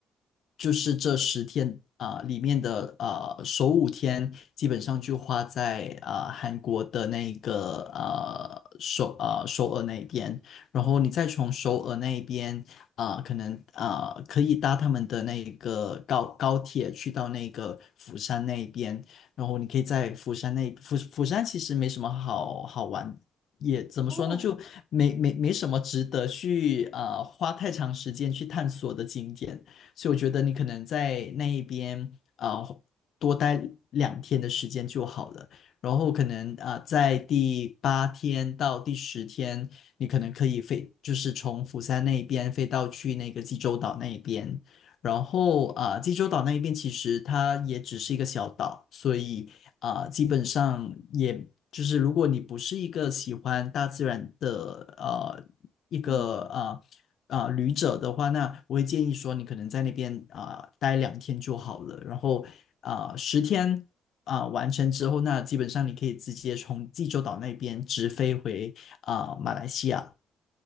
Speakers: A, on the left; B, on the right.
A: 就是这十天啊、里面的啊、首五天，基本上就花在啊、韩国的那个啊、首啊、首尔那边，然后你再从首尔那边啊、
B: 嗯
A: 可能啊、可以搭他们的那个高高铁去到那个釜山那边，然后你可以在釜山那釜釜山其实没什么好好玩也怎么说呢，
B: 哦，
A: 就没没没什么值得去呃花太长时间去探索的景点，所以我觉得你可能在那一边呃多待两天的时间就好了，然后可能啊、呃在第八天到第十天，你可能可以飞，就是从釜山那一边飞到去那个济州岛那一边，然后啊、济州岛那一边其实它也只是一个小岛，所以啊、基本上也就是如果你不是一个喜欢大自然的呃一个啊啊、
B: 嗯
A: 旅者的话，那我会建议说你可能在那边啊、待两天就好了，然后啊十、天啊、完成之后，那基本上你可以直接从济州岛那边直飞回啊、马来西亚。